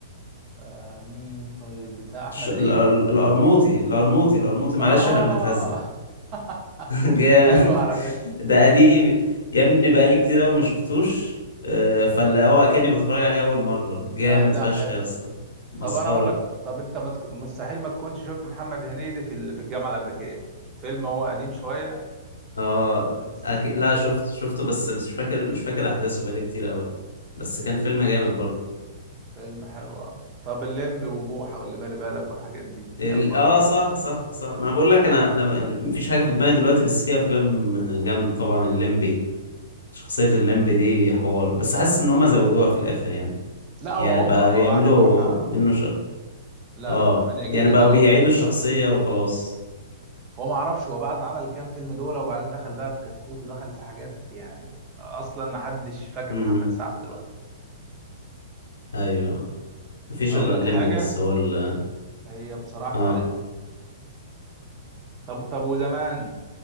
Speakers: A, on the right; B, on the left.
A: آه مين طيب بتاع احمد
B: الش... الأر-
A: عيد
B: الأرموطي الأرموطي الأرموطي معلش
A: اه
B: احنا بنتهزق
A: <laughs>
B: <laughs> جامد
A: حلو على فكرة
B: ده قديم يا ابني بقالي كتير قوي ما شفتوش آه، فاللي هو اكني بتفرج عليه اول مره جامد
A: لا ده
B: فشخ
A: حلو
B: يا اسطى مسخره
A: طب انا اقول لك طب انت ما تك... مستحيل ما تكونش شفت محمد هنيدي في ال... في الجامعه الامريكيه فيلم هو قديم شويه
B: اه
A: بس
B: أك... لا شفته شفته بس بس مش فاكر مش فاكر احداثه بقالي كتير قوي بس كان فيلم جامد برضه
A: فيلم حلو اه طب الليمبي وبوحه واللي بالي بالك والحاجات دي
B: ال...
A: كانت برضو
B: اه صح صح صح ما انا بقول لك انا انا مفيش حاجه في دماغي دلوقتي بس في افلام جامد طبعا الليمبي شخصيه الليمبي دي حوار بس حاسس ان هم زودوها في الاخر يعني
A: لا هو
B: يعني بقى
A: اوفر هو
B: بيعملوا
A: بعد بوحه
B: منه ش...
A: لا
B: اه
A: لا 8 جيجا
B: يعني بقوا
A: ده والكلام
B: بيعيدوا الشخصيه
A: ده
B: وخلاص
A: هو ما اعرفش هو بعد ما عمل كام فيلم دول وبعدين دخل بقى في كتكوت ودخل في حاجات يعني اصلا ما حدش فاكر
B: امم
A: محمد سعد دلوقتي
B: ايوه مفيش
A: هقول
B: الا الليمبي
A: لك حاجه
B: بس هو ال
A: هي بصراحه
B: اه
A: طب طب وزمان